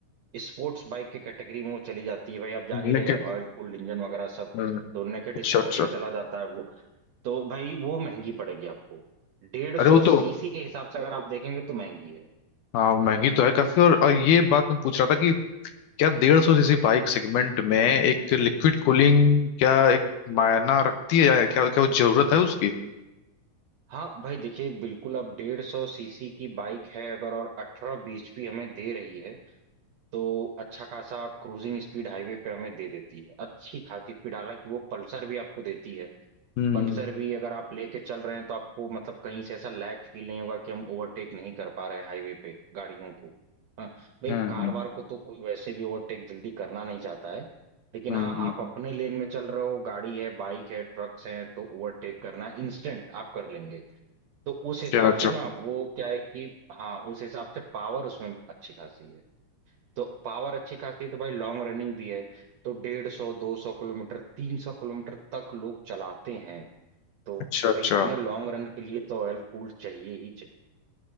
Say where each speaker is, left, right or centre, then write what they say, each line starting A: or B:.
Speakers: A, on the right (about 75°); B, on the left (about 75°).
A: स्पोर्ट्स बाइक के कैटेगरी में वो चली जाती है भाई आप जान ही रहे
B: लेकिन
A: हैं ऑयल कूल्ड इंजन वगैरह सब
B: हम्म,
A: तो नेकेड
B: अच्छा
A: स्पोर्ट
B: अच्छा
A: में चला जाता है वो तो भाई वो महंगी पड़ेगी आपको डेढ़ सौ
B: अरे वो तो
A: सीसी के हिसाब से अगर आप देखेंगे तो महंगी है
B: हाँ महंगी तो है काफी और, और ये बात मैं पूछ रहा था कि क्या डेढ़ सौ सीसी बाइक सेगमेंट में एक लिक्विड कूलिंग क्या एक मायना रखती है या क्या क्या वो जरूरत है उसकी
A: हाँ भाई देखिए बिल्कुल अब डेढ़ सौ सीसी की बाइक है अगर और अठारह bhp हमें दे रही है तो अच्छा खासा क्रूजिंग स्पीड हाईवे पे हमें दे देती है अच्छी खासी स्पीड हालांकि वो पल्सर भी आपको देती है
B: हम्म
A: पल्सर भी अगर आप लेके चल रहे हैं तो आपको मतलब कहीं से ऐसा लैग फील नहीं होगा कि हम ओवरटेक नहीं कर पा रहे हैं हाईवे पे गाड़ियों को हाँ भाई
B: हम्म
A: कार
B: हम्म
A: वार को तो कोई वैसे भी ओवरटेक जल्दी करना नहीं चाहता है लेकिन
B: हम्म,
A: हाँ
B: हम्म।
A: आप अपने लेन में चल रहे हो गाड़ी है बाइक है ट्रक्स हैं तो ओवरटेक करना इंस्टेंट आप कर लेंगे तो उस हिसाब
B: अच्छा अच्छा
A: से ना वो क्या है कि हाँ उस हिसाब से पावर उसमें अच्छी खासी है तो पावर अच्छी खासी है तो भाई लॉन्ग रनिंग भी है तो डेढ़ सौ दो सौ किलोमीटर तीन सौ किलोमीटर तक लोग चलाते हैं तो
B: अच्छा अच्छा
A: भाई इतने लॉन्ग रन के लिए तो ऑयल कूल्ड चाहिए ही चाहिए